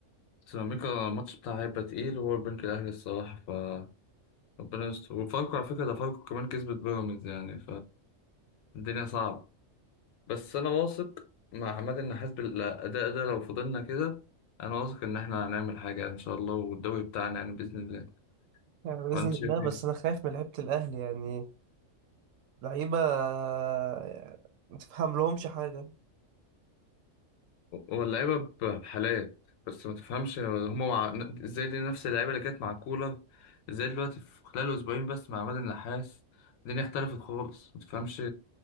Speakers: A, on the left; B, on the right.
A: سيراميكا الماتش بتاعها هيبقى تقيل وهو البنك الاهلي الصراحه ف ربنا يستر وفاركو على فكره ده فاركو كمان كسبت بيراميدز يعني فالدنيا صعبه بس انا واثق مع عماد النحاس بالاداء ده لو فضلنا كده انا واثق ان احنا هنعمل حاجه ان شاء الله والدوري بتاعنا يعني باذن الله
B: يعني باذن
A: وانت
B: الله
A: شايف ايه
B: بس انا خايف من لعيبه الاهلي يعني لعيبه يعني ما تفهم لهمش حاجه
A: هو اللعيبه بحالات بس ما تفهمش هما مع ازاي دي نفس اللعيبه اللي كانت مع كولر ازاي دلوقتي في خلال اسبوعين بس مع عماد النحاس الدنيا اختلفت خالص ما تفهمش